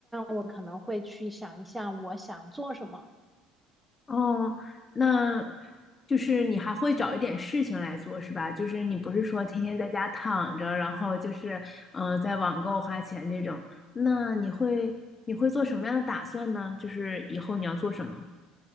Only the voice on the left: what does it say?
哦，那就是你还会找一点事情来做是吧？就是你不是说天天在家躺着，然后就是，嗯、呃在网购花钱这种，那你会你会做什么样的打算呢？就是以后你要做什么？